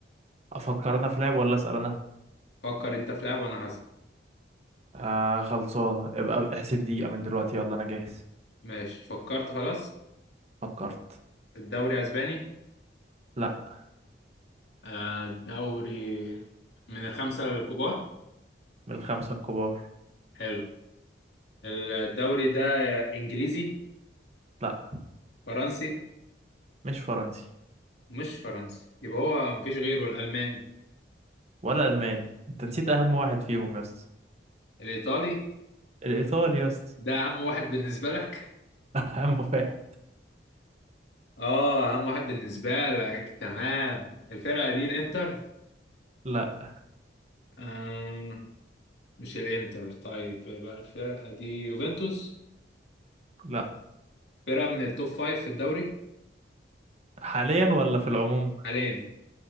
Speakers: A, on the right (about 35°); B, on the left (about 70°).
A: افكر انا في لعب ولا اسال انا
B: فكر انت في لعب وانا هسأل
A: آه خلصانه ابقى احسب دقيقه من دلوقتي يلا انا جاهز
B: ماشي فكرت خلاص
A: فكرت
B: الدوري اسباني
A: لا
B: آه، الدوري من الخمسه الكبار
A: من الخمسه الكبار
B: حلو الدوري ده انجليزي
A: لا
B: فرنسي
A: مش فرنسي
B: مش فرنسي يبقى هو مفيش غيره الالماني
A: ولا الماني انت نسيت اهم واحد فيهم يا اسطى
B: الايطالي
A: الايطالي يا اسطى
B: ده اهم واحد بالنسبة لك
A: <laughs> اهم واحد
B: اه اهم واحد بالنسبة لك تمام الفرقة دي الانتر
A: لا
B: آه مش الانتر طيب يبقى الفرقة دي يوفنتوس
A: لا
B: فرقة من التوب فايف في الدوري
A: حاليا ولا في العموم
B: حاليا